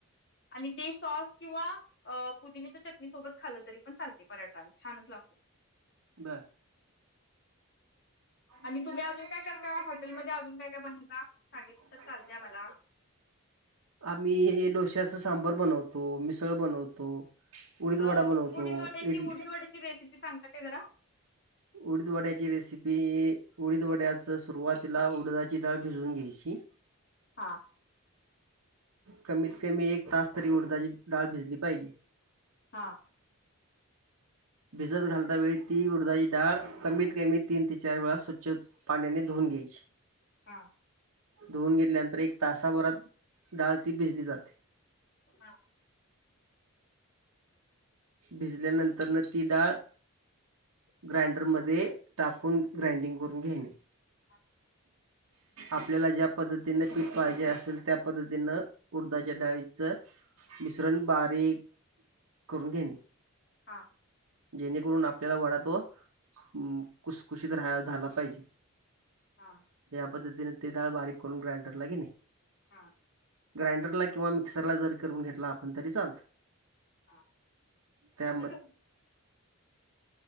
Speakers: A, on the left (about 50°); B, on the right (about 80°).
A: आणि ते सॉस किंवा पुदिनेच्या चटणी सोबत खालं तरी पण चालते पराठा छानच लागतो
B: बर आणि तुझ्या
A: तुम्ही
B: आपण
A: अजून
B: काय काय सां
A: करता हॉटेलमध्ये अजून काय काय बनवता सांगितलं
B: खू
A: तर
B: आ
A: चालतय मला
B: आम्ही हे डोश्याच सांबर बनवतो, मिसळ बनवतो उडीद वडा
A: अ
B: बनवतो
A: उडीद वड्याची,
B: इडली
A: उडीद वड्याची रेसिपी सांगता काय जरा
B: उडीदवड्याची रेसिपी उडीदवड्याच सुरुवातीला उडदाची डाळ भिजवून घ्यायची
A: हां
B: कमीत कमी एक तास तरी उडदाची डाळ भिजली पाहिजे
A: हा
B: भिजत घालता वेळी ती उडदााची डाळ कमीत कमी तीन ते चार वेळा स्वच्छ पाण्याने धुवून घ्यायची
A: हा
B: धुवन घेतल्यानंतर एक तासाभरात डाळ ती भिजली जाते
A: हा
B: भिजल्यानंतर न ती डाळ ग्राइंडर मध्ये, टाकून ग्राइंडिंग करून घेणे.
A: हा
B: आपल्याला ज्या पद्धतीने पीठ पाहिजे असल त्या पद्धतीनं, उडदाच्या डाळीचं मिश्रण बारीक करून घेणे.
A: हा
B: जेणेकरून आपल्याला वडा तो हम कुसखुशीत राह, झाला पाहिजे.
A: हा
B: या पद्धतीने ते डाळ बारीक करून ग्राइंडरला घेने.
A: हा
B: ग्राइंडरला किंवा मिक्सरला जरी करून घेतला आपण तरी चालतं.
A: हा
B: त्या
A: आता गहू